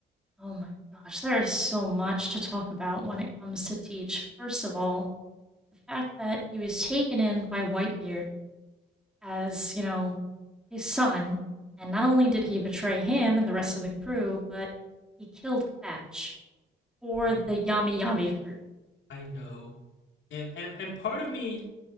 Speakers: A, in the centre; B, on the left.
A: Oh my gosh, there is so much to talk about when it comes to Teach. First of all, the fact that he was taken in by Whitebeard as, you know, his son, and not only did he betray him and the rest of the crew, but he killed Thatch for
B: I
A: the
B: know,
A: yummy yummy fruit.
B: I know. And and, and part of me